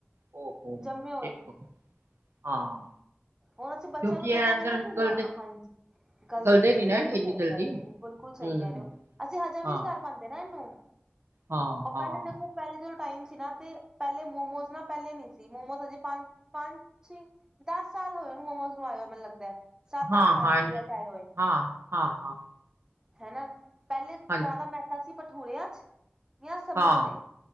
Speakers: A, on the right (about 90°); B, on the right (about 15°).
A: ਓਹੋ
B: ਜੰਮੇ ਹੋਏ।
A: ਦੇਖੋ ਹਾਂ।
B: ਹੁਣ ਅਸੀਂ ਬੱਚਿਆਂ
A: ਕਿਉਂਕਿ
B: ਨੂੰ ਕਹਿ
A: ਇਹ
B: ਦਾਂਗੇ
A: ਅੰਦਰ
B: ਨਾ ਕਿ
A: ਗਲਦੇ
B: ਨਾ ਹਾਂਜੀ। ਗੱਲ
A: ਗਲਦੇ
B: ਦੇ ਨਈਂ
A: ਨੀ
B: ਨੇ
A: ਨਾ
B: ਬਿਲਕੁਲ
A: ਹੈਗੇ ਇੰਨੀ
B: ਸਹੀ
A: ਜਲਦੀ।
B: ਕਹਿ ਰਹੇ ਹੋ ਤੁਸੀਂ ਬਿਲਕੁਲ ਸਹੀ
A: ਹੂੰ,
B: ਕਹਿ ਰਹੇ ਔ। ਅਸੀਂ ਹਜਮ
A: ਹਾਂ,
B: ਈ ਨੀ ਕਰ ਪਾਂਦੇ ਨਾਂ ਇਹਨੂੰ,
A: ਹਾਂ,
B: ਉਹ ਪਹਿਲੇ
A: ਹਾਂ।
B: ਦੇਖੋ ਪਹਿਲੇ ਜਦੋਂ ਟਾਈਮ ਸੀ ਨਾ ਤੇ ਪਹਿਲੇ ਮੋਮੋਜ਼ ਨਾ ਪਹਿਲੇ ਨੀ ਸੀ, ਮੋਮੋਸ ਹਜੇ ਪੰਜ, ਪੰਜ ਛੀ ਦੱਸ ਸਾਲ ਹੋਏ <unintelligible> ਮੋਮੋਸ ਨੂੰ ਆਏ ਹੋਏ ਮੈਨੂੰ ਲੱਗਦਾ। ਸੱਤ-ਅੱਠ
A: ਹਾਂ,
B: ਸਾਲ
A: ਹਾਂ,
B: ਇੰਡੀਆ
A: ਨਹੀਂ,
B: ਚ ਆਏ ਹੋਏ।
A: ਹਾਂ, ਹਾਂ, ਹਾਂ,
B: ਹਨਾਂ, ਪਹਿਲੇ ਜ਼ਿਆਦਾ
A: ਹਾਂਜੀ,
B: ਮੈਦਾ ਸੀ ਭਠੂੂਰਿਆਂ ਚ ਜਾਂ ਸਮੋਸੇ
A: ਹਾਂ।